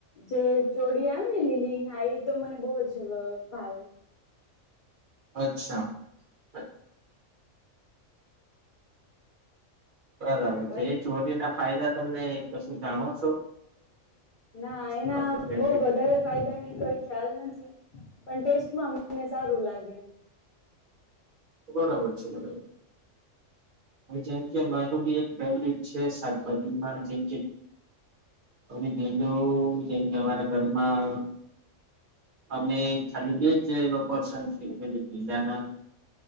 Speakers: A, on the left; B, on the right.
A: જે ચોરી આવે ને લીલી હા એ તો મને બહ જ ભાવે.
B: અચ્છા. અચ. બરાબર
A: બસ
B: છે એ ચોરી ના ફાયદા તમને. જાવા.
A: ના એના
B: તમને ફેવરેટ
A: બહું વધારે ફાયદા ની કોઈ ખ્યાલ નથી. પણ ટેસ્ટમાં મને સારું લાગે.
B: બરાબર છે બરાબર છે. જેમ કે માનું બી ફેવરીટ છે શાકભાજીમાં જે મ ટિંડો <unintelligible> જે તમારા ઘરમાં અમે ખાલી બે જ પર્સન છીએ જે ટિંડા ના